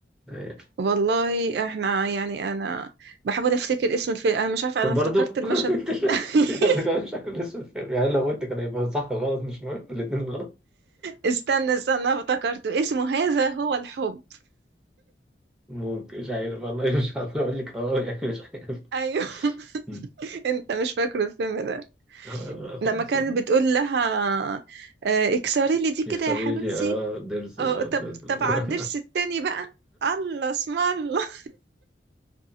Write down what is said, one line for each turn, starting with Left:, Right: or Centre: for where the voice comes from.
Centre: آه.
Right: والله احنا يعني انا بحاول افتكر اسم الفيلم انا مش عارفه
Centre: برضو
Right: انا افتكرت المشهد
Centre: <laughs> انت
Right: <laughs>
Centre: انت برضو كمان شكل اسود فيلم يعني لو قلت كان هيبقى صح وغلط مش مهم الاتنين غلط
Right: استنى استنى أنا افتكرته اسمه هذا هو الحب
Centre: ممكن مش عارف والله مش هقدر اقول لك اه يعني مش عارف
Right: ايوه <laughs>
Centre: مم.
Right: انت مش فاكره الفيلم ده
Centre: آه، لا خالص
Right: لما كانت
Centre: والله
Right: بتقول لها آه، اكسري لي دي كده
Centre: يكسري
Right: يا حبيبتي
Centre: لي اه ضرسي
Right: اه
Centre: اه
Right: طب
Centre: <laughs>
Right: طب على الضرس التاني بقى الله اسم الله